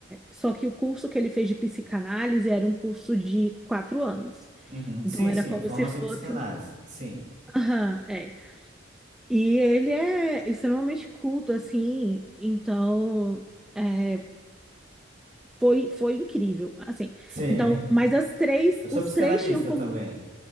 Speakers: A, in the centre; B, on the right (about 40°).
A: Só que o curso que ele fez de psicanálise era um curso de quatro anos.
B: Uhum.
A: Então,
B: Sim,
A: era
B: sim,
A: como
B: a formação
A: se fosse
B: em psicanálise.
A: uma.
B: Sim.
A: Aham, é. E ele é extremamente culto, assim. Então, é, foi, foi incrível. Assim,
B: Sim.
A: então, mas
B: <laughs>
A: as três,
B: Eu sou
A: os
B: psicanalista
A: três tinham formação.
B: também.